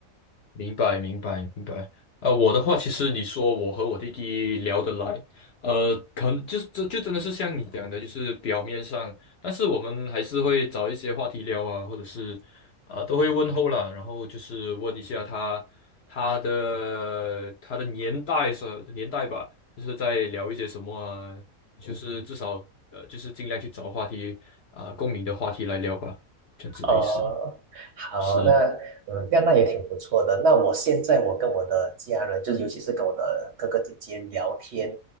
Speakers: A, on the left; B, on the right.
A: 明白，明白，明白。呃，我的话，其实你说我和我弟弟聊得来，呃，可能就这就真的是像你讲的，就是表面上，但是我们还是会找一些话题聊啊，或者是呃，都会问候啦，然后就是问一下他他的他的年代是年代吧，就是在聊一些什么啊，就是至少呃，就是尽量去找话题啊，共鸣的话题来聊吧，这样子的意思
B: 哦，好，
A: 是。
B: 那嗯，这样那也挺不错的。那我现在我跟我的家人，就是尤其是跟我的哥哥姐姐聊天，